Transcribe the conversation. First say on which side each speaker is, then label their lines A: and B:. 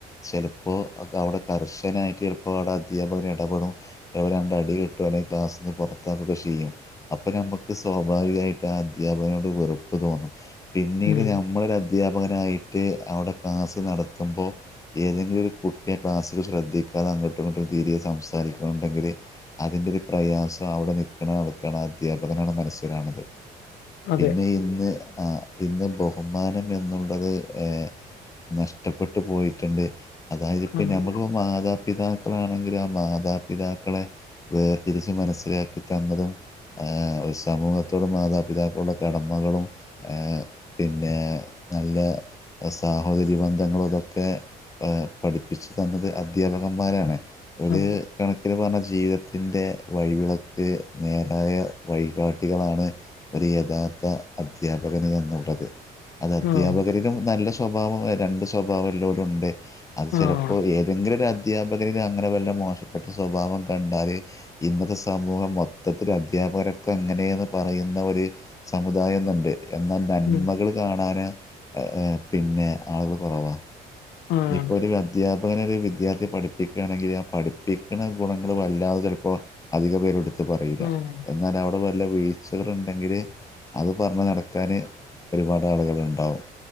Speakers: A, on the left; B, on the left.
A: ചെലപ്പൊ അത് അവടെ കർശനായിട്ട് ചെലപ്പൊ അവടെ അധ്യാപകന് എടപെടും. <unintelligible> രണ്ടടി കിട്ടും. അല്ലെങ്കി ക്ലാസ്ന്ന് പൊറത്താക്കൊക്കെ ചെയ്യും. അപ്പൊ ഞമ്മക്ക് സ്വാഭാവികായിട്ട് ആ അധ്യാപകനോട് വെറുപ്പ് തോന്നും പിന്നീട്
B: ഉം
A: ഞമ്മളൊര പകനായിട്ട് അവടെ ക്ലാസ്സ് നടത്തുമ്പോ ഏതെങ്കിലും ഒരു കുട്ട്യാ ക്ലാസ്സില് ശ്രദ്ധിക്കാതങ്ങട്ടും ഇങ്ങട്ടും തിര്‌യേ സംസാരിക്ക്ണോ ഇണ്ടെങ്കില്- അതിന്റെര് പ്രയാസം അവടെ നിക്ക്ണ ആൾക്കാണ് അധ്യാപകനാണ് മനസ്സിലാഹ്ണത്
B: അതെ
A: പിന്നെ ഇന്ന് ആ ഇന്ന് ബഹുമാനം എന്നു- ള്ളത്‌ ഏ നഷ്ടപ്പെട്ട് പോയിട്ട്ണ്ട്. അതായത്പ്പോ
B: ആഹ്
A: ഞമ്മക്ക് മാതാ- പിതാക്കളാണെങ്കിലും, ആ മാതാപിതാക്കളെ വേർതിരിച്ച്‌ മനസ്സിലാക്കി തന്നതും ആഹ് ഒര് സമൂഹത്തോടും മാതാപിതാക്കളോടൂള്ള കടമകളും ഏഹ് പിന്നെ- നല്ല സാഹോദര്യ ബന്ധങ്ങളും ഇതൊക്കെ- പഠിപ്പിച്ചു തന്നത് അധ്യാപകന്മാരാണ് ഒര്-
B: അതെ
A: കണക്കിന് പറഞ്ഞാ ജീവിതത്തിൻ്റെ വഴിവിളക്ക് നേരായ വഴികാട്ടികളാണ്- ഒര്‌ യഥാർത്ഥ അദ്ധ്യാപകന് എന്നുള്ളത് അദ്ധ്യാപകരിലും
B: ആഹ്
A: നല്ല സ്വഭാവോം രണ്ട് സ്വഭാവല്ലോരും ഇണ്ട്. അത് ചെലപ്പോ
B: ആഹ്
A: ഏതെങ്കിലും ഒര- ധ്യാപകരില് അങ്ങനെ വല്ല മോശപ്പെട്ട സ്വഭാവോം കണ്ടാല്- ഇന്നത്തെ സമൂഹം മൊത്തത്തില് അധ്യാപകരൊക്കെ അങ്ങനേന്ന് പറയുന്ന ഒര്- സമുദായംന്ന്ണ്ട് എന്നാ നന്മകള്
B: ഉം
A: കാണാന് പിന്നെ ആള്കള് കൊറവാ
B: ആഹ്
A: ഇഞ്ഞ്പ്പൊ ഒര് അ- അധ്യാപകനെ ഒര് വിദ്യാർത്ഥി പഠിപ്പിക്കാണെങ്കില് ആ പഠിപ്പിക്ക്ണ ഗുണങ്ങള് വല്ലാതെ ചെലപ്പൊ- അധിക പേരും ഇട്ത്ത് പറയൂല.
B: ആഹ്
A: എന്നാലവട വല്ല വീഴ്ചകള്ണ്ടെങ്കില്- അത് പറഞ്ഞ് നടക്കാാന് ഒരുപാടാള്കള്ണ്ടാവും